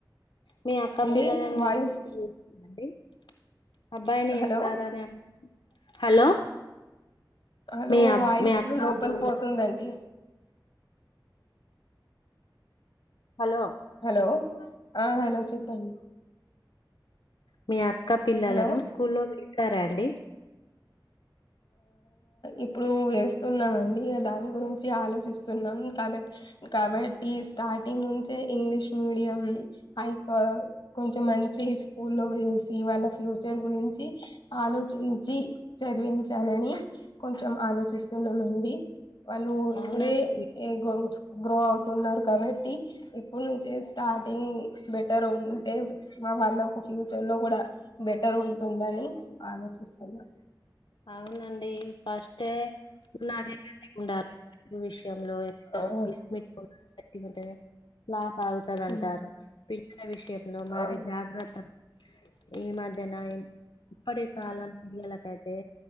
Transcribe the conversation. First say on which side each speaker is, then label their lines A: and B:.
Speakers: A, on the left; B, on the left.
A: మీ అక్క
B: అండి
A: పిల్లలను
B: వాయిస్
A: ఉ ఏంటి అబ్బాయిని
B: హలో
A: ఇస్తారా అని హలో
B: హలో
A: మీ అబ్
B: వాయిసు
A: మీ అక్క
B: లోపల్
A: అబ్బాయిల
B: క్ పోతుందండి
A: హలో
B: హలో ఆ హలో చెప్పండి
A: మీ అక్క పిల్లలను
B: హలో
A: స్కూల్లో వేసార అండి
B: ఇప్పుడూ ఎస్తున్నామండి దాన్ గురించి ఆలోచిస్తున్నాం కాబట్ కాబట్టి స్ టాటింగ్ నుంచే ఇంగ్లీష్ మీడియం ఐ కో కొంచమ్ మంచి ఇస్ కూల్ లో ఏ డ్ సి వాళ్ళ ఫ్యూచర్ గురించి ఆలోచించి చదివించ్ తనని కొంచమ్ ఆలోచిస్తున్నామండి వాళ్ళూ ఇప్పుడే
A: అవునండి
B: ఏగో గ్రో అవ్ తున్నారు కాబట్ ట్టి ఇప్ న్ నుంచే స్టార్టింగ్ బెటర్ ఉంటే మా వాళ్ళ ఒక ఫ్యూచర్ లో గూడ బెటరూంటుందని ఆలోచిస్తున్నా
A: ఔనండ్ డీ పస్టే ఉన్నది గట్టిఉండాల్ విష్ యమ్ లో ఎంతట్
B: ఆ
A: గీస్ మీ ఓ అట్టి గుంటదే నా పాగుత దంటారు
B: ఉమ్
A: పిల్ పిల్లల విషయంలో మరి
B: ఆ
A: జాగ్ రత ఈ మధ్యనా ఇప్పటి కాలం పిల్లలకైతే